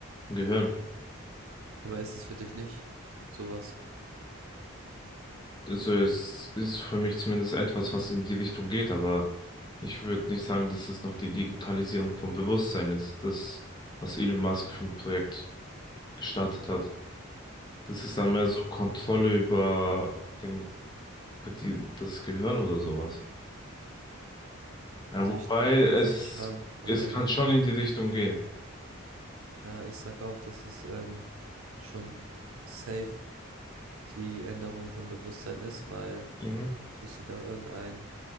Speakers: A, on the left; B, on the right.
A: im Gehirn.
B: Ja, Aber ist es für dich nicht sowas?
A: Also es ist für mich zumindest etwas, was in die Richtung geht, aber ich würde nicht sagen, dass es noch die Digitalisierung vom Bewusstsein ist, das, was Elon Musk für ein Projekt gestartet hat. Das ist dann mehr
B: Äh,
A: so
B: Ich,
A: Kontrolle über den, über die, das Gehirn oder sowas. Ja,
B: also
A: wobei
B: ich glaube, dass
A: Ja. es,
B: schon, ähm,
A: es kann schon in die Richtung gehen.
B: ja, ich sag auch, dass es ähm, schon safe die Änderung vom Bewusstsein ist, weil
A: Mhm.
B: tust du da irgendein